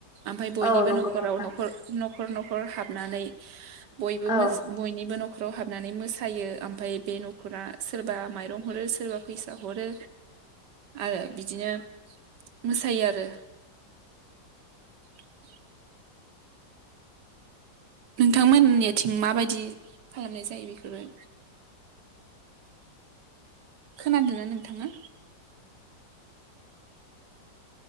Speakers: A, on the right; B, in the centre.
A: ओमफ्राय बयनिबो
B: औ नंगौ
A: नखराव
B: नोंथां
A: नखर नख नखर नखर हाबनानै बयबो
B: औ
A: मोस बयनिबो नख नखराव हाबनानै मोसायो ओमफ्राय बे नखरा सोरबा माइरं हरो सोरबा फैसा हरो आरो बिदिनो मोसायो आरो <inaudible> नोंथांमोननिथिं माबायदि खालामनाय जायो बेफोरो खोनादोंना नोंथाङा